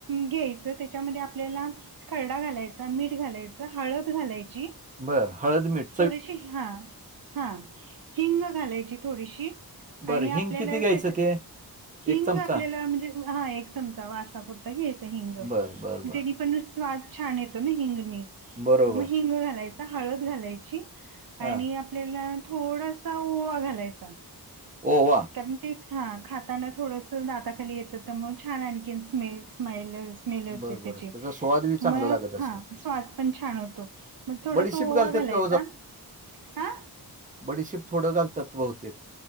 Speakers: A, on the right; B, on the right.
A: घ्यायचं, त्याच्यामध्ये आपल्याला खरडा घालायचा, मीठ घालायच, हळद घालायची
B: बरं, हळद-मिठ.
A: थोडीशी हां, हां हिंग घालायची थोडीशी
B: बरं,
A: आणि
B: हिंग
A: आपल्याला
B: किती घ्यायचं
A: त्याच्या
B: ते?
A: हिंग
B: चमचा?
A: आपल्याला, म्हणजे हां एक चमचा, वासापुरता घ्यायचा हिंग.
B: बरं, बरं, बरं.
A: तेनी पण नुस स्वाद छान येतो ना हिंगणी
B: बरोबर.
A: मग हिंग घालायचा, हळद घालायची. आणि
B: हां,
A: आपल्याला थोडासा ओवा घालायचा.
B: ओवा.
A: कारण ते खा खाताना थोडंस दाताखाली येतं तर मग छान आणखी स्मेल स्माईल स्मेल होते
B: बरं, बरं.
A: त्याची
B: त्याचा स्वाद बी चांगला
A: म
B: लागत असेल.
A: हा स्वाद पण छान होतो मग थोडास
B: बडीशेप
A: ओवा
B: घालतात
A: घालायचा
B: का
A: हा
B: बडीशिप थोडं घालतात बहुतेक